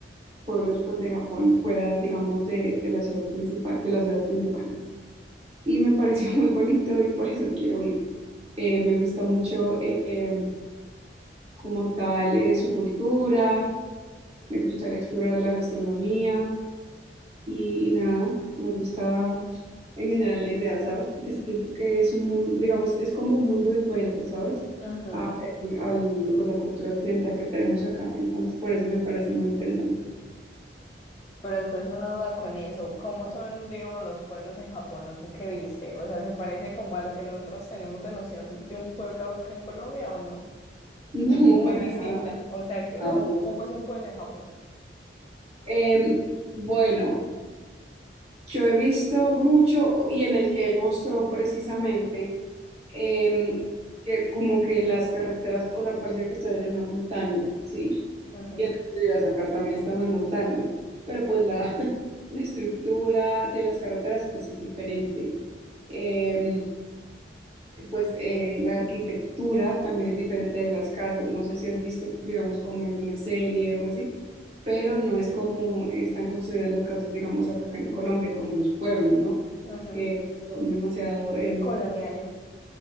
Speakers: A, on the right; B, on the left.
A: pueblos pues de Japón, fuera, digamos, de, de la ciudad principal, de las ciudades principales. Y me pareció <laughs> muy bonito y por eso quiero ir. Eh, me gusta mucho eh, em, como tal eh, su cultura, me gustaría explorar la gastronomía y, y nada, me gusta en general la idea, ¿sabes? Porque siento que es un mundo, digamos, es como un mundo diferente, ¿sabes?
B: Ujú.
A: A, a la, pues, la cultura occidental que tenemos acá. Entonces, por eso me parece muy interesante.
B: Pero entonces una duda con eso, ¿cómo son, digamos, los pueblos en Japón o tú qué viste? O sea, ¿se parece como a lo que nosotros tenemos de noción de un pueblo acá en Colombia o no?
A: <laughs>
B: Es muy
A: No, para
B: distinta,
A: nada.
B: o sea, que,
A: Ah,
B: o,
A: ok.
B: ¿cómo es un pueblo en Japón?
A: Em, bueno, Yo he visto mucho y en el que él mostró precisamente em, que como que las carreteras, o sea, parecía que estaban en una montaña, ¿sí?
B: Ujú,
A: Y acá, tú dirás, acá también estamos en montañas, pero pues la, <laughs> la estructura de las carreteras pues es diferente. Em, pues eh, la arquitectura también es diferente de las casas. No sé si has visto, digamos, como alguna serie o algo así pero no es como están construidas las casas, digamos, acá en Colombia, como los pueblos, ¿no?
B: ujú.
A: Que pues, son demasiado, em,
B: Coloniales.